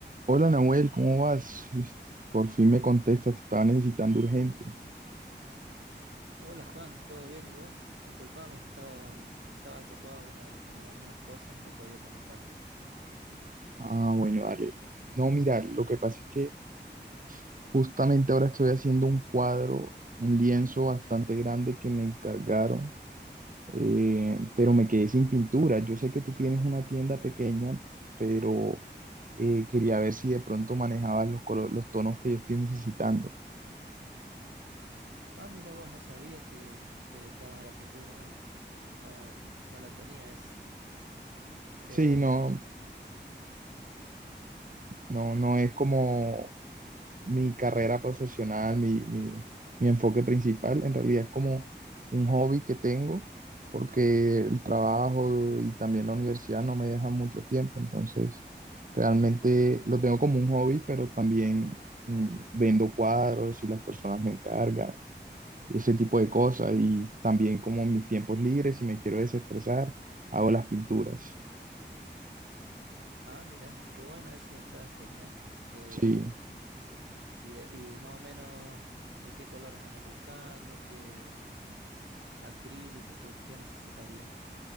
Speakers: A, on the right; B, on the right.
A: Hola Nahuel, ¿cómo vas? Sí, Por fin me contestas, te estaba necesitando urgente.
B: Hola Juan, ¿todo bien? ¿Y vos? Disculpame, que estaba, estaba ocupado eh, acomodando unas cosas y no podía contestarte.
A: Ah, bueno, dale. No, mira, lo que pasa es que justamente ahora estoy haciendo un cuadro, un lienzo bastante grande que me encargaron, eh, pero me quedé sin pintura. Yo sé que tú tienes una tienda pequeña, pero eh, quería ver si de pronto manejabas los colo- los tonos que yo estoy necesitando.
B: Ah, mira vos, no sabía que te dedicabas a la pintura ahora. No, no la tenía esa. Eh,
A: Sí, no, no, no es como mi carrera profesional, mi, mi, mi enfoque principal. En realidad es como un hobby que tengo, porque el trabajo y también la universidad no me dejan mucho tiempo, entonces realmente lo tengo como un hobby, pero también mm, vendo cuadros y las personas me encargan, ese tipo de cosas, y también como en mis tiempos libres, si me quiero desestresar, hago las pinturas.
B: ah, mira, qué bueno, eso está genial. Eh,
A: Sí,
B: y, de- y más o menos, ¿de qué colores andas buscando? ¿Qué acrílico? ¿Qué, qué necesitarías?